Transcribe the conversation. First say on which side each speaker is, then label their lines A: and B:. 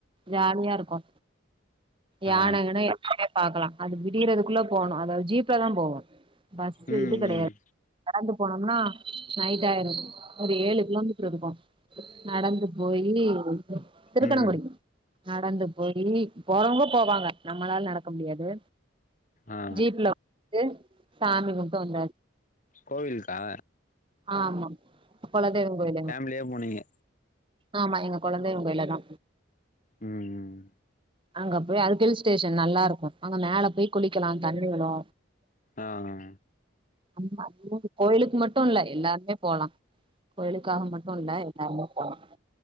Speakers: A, on the right; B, on the left.
A: ஜாலியா இருக்கு யான
B: ஆ
A: எங்கனையு எங்கயு பாக்குலா அது விடியறதுக்குள்ள போணு அதாவ்து ஜீப்லதா போவோ பஸ்ஸு
B: ம்
A: இது கெடையா
B: ம்
A: நடந்து போனோம்னா நைட் ஆய்ரு ஒரு ஏழு கிலோமீட்ரு இருக்கு நடந்து போயி திருக்கணங்குடி
B: ம்
A: நடந்து போயி போறவ்ங்க போவாங்க நம்மளால் நடக்க முடியாது
B: ஆ
A: ஜீப்புல ந்து சாமி கும்ட்டு வந்தா
B: கோவில்க்கா
A: ஆமா இப் கொலதெய்வங் கோயிலிங்கு
B: ஃபேமிலியா போனீங்க
A: ஆமா எங்க கொலதெய்வோ கோயில் அதா
B: ம் ம்
A: அங்க போய் அது ஹில் ஸ்டேஷன் நல்லா இருக்கு அங்க மேல போய் குளிக்கலா தண்ணி வரு
B: ஆ அ
A: அம் அம் கோயிலுக்கு மட்டு மட்டு இல்ல எல்லாருமே போலா கோயிலுக்காக மட்டு இல்ல எல்லாருமே போலா